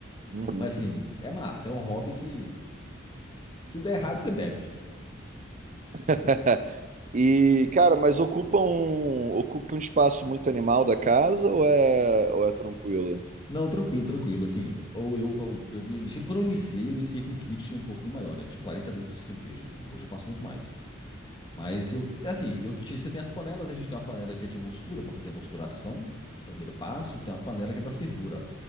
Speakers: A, on the right; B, on the left.
A: Uhum.
B: Mas assim, é massa, é um hobby que se der errado você bebe.
A: <laughs> E, cara, mas ocupa um, ocupa um espaço muito animal da casa ou é, ou é tranquilo? Ou
B: Não, tranquilo, tranquilo. Assim, ou eu, eu, eu- quando eu iniciei, eu iniciei com um kit um pouquinho maior, né? De 40 litros de cerveja, assim. Hoje eu faço muito mais. Mas eu, assim, eu, te- você tem as panelas, né? A gente tem uma panela que é de mostura para fazer a mosturação, o primeiro passo, e tem uma panela que é para fervura.